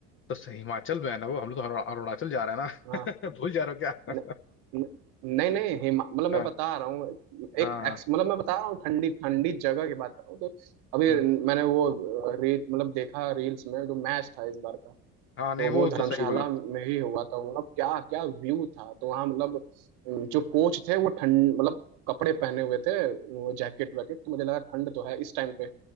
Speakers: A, on the left; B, on the right.
A: तो सही हिमाचल में है ना वो हम लोग तो अरुणा- अरुणाचल जा रहे हैं
B: हाँ
A: ना <laughs> भूल जा रहे हो
B: न,
A: क्या
B: न, नहीं नहीं हिमा मतलब मैं
A: <laughs> हाँ
B: बता रहा हूँ एक
A: हाँ हाँ
B: एक्स मतलब मैं बता रहा हूँ ठंडी ठंडी जगह की बात कर रहा हूँ तो अभी
A: हम्म,
B: मैंने वो रील मतलब देखा रील्स में जो मैच था इस बार का
A: हाँ, नहीं
B: तो
A: वो
B: वो धर्मशाला
A: तो सही बोला
B: में ही हुआ था मतलब क्या क्या व्यू था तो वहाँ मतलब जो कोच थे वो ठंड मतलब कपड़े पहने हुए थे वो जैकेट वैकेट तो मुझे लगा ठंड तो है इस टाइम पे